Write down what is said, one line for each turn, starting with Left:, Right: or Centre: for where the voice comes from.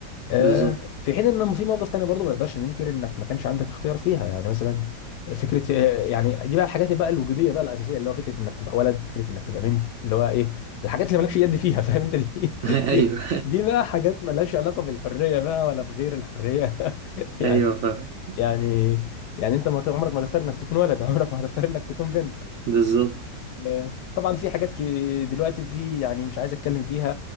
Left: آه،
Right: بالظبط
Left: في حين ان في موقف تاني برضو ما نقدرش ننكر انك ما كانش عندك اختيار فيها يعني مثلا فكره آه، يعني دي بقى الحاجات بقى الوجوديه بقى الاساسيه اللي هو فكره انك تبقى ولد فكره انك تبقى بنت اللي هو ايه الحاجات اللي مالكش يد فيها فاهم انت دي
Right: <laughs>
Left: <laughs>
Right: ايوه
Left: دي, دي بقى حاجات مالهاش علاقه بالحريه بقى ولا بغير الحريه <laughs> يعني
Right: ايوه فاهم
Left: يعني يعني انت ما ت- عمرك ما تختار انك تكون ولد <laughs> عمرك ما هتختار انك تكون بنت
Right: بالظبط
Left: آه، طبعا في حاجات كي- دلوقتي في يعني مش عايز اتكلم فيها